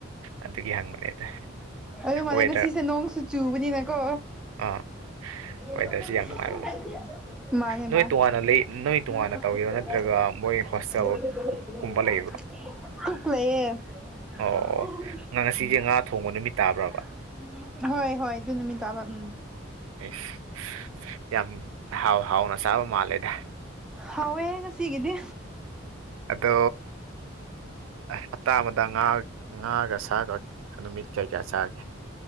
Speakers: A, on the right; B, in the centre.
A: ꯑꯗꯨꯒꯤ ꯍꯪꯕꯅꯦꯗ
B: ꯑꯗꯨ ꯃꯥꯅꯦ
A: ꯋꯦꯗꯔ
B: ꯉꯁꯤꯁꯦ ꯅꯣꯡꯁꯨ ꯆꯨꯕꯅꯤꯅꯥꯀꯣ
A: ꯑꯥ
B: <unintelligible>
A: ꯋꯦꯗꯔꯁꯤ ꯌꯥꯝ ꯅꯨꯡꯉꯥꯏꯕ ꯃꯥꯜꯂꯦ
B: ꯃꯥꯅꯦ
A: ꯅꯣꯏ
B: ꯃꯥ <unintelligible>
A: ꯇꯣꯉꯥꯟꯅ ꯂꯩ ꯅꯣꯏ ꯇꯣꯉꯥꯟꯅ ꯇꯧꯔꯤꯔꯣ ꯅꯠꯇ꯭ꯔꯒ ꯃꯣꯏ ꯍꯣꯁꯇꯦꯜ ꯀꯨ- ꯀꯨꯝꯕ ꯂꯩꯕ꯭ꯔꯣ
B: ꯀꯨꯛ ꯂꯩꯌꯦ <unintelligible>
A: ꯑꯣ ꯉ- ꯉꯁꯤꯁꯦ ꯉꯥ ꯊꯣꯡꯕ ꯅꯨꯃꯤꯠ ꯇꯥꯕ꯭ꯔꯕ
B: ꯍꯣꯏ ꯍꯣꯏ ꯑꯗꯨ ꯅꯨꯃꯤꯠ ꯇꯥꯕ ꯎꯝ
A: ꯑꯩꯁ ꯌꯥꯝ ꯍꯥꯎ ꯍꯥꯎꯅ ꯆꯥꯕ ꯃꯥꯜꯂꯦꯗ
B: ꯍꯥꯎꯌꯦ ꯉꯥꯁꯤꯒꯤꯗꯤ
A: ꯑꯗꯣ ꯑꯩ ꯍꯞꯇꯥ ꯑꯃꯗ ꯉꯥ ꯉꯥꯡꯒꯁ ꯁꯥꯒ ꯅꯨꯃꯤꯠ ꯀꯌꯥ ꯀꯌꯥ ꯆꯥꯔꯒꯦ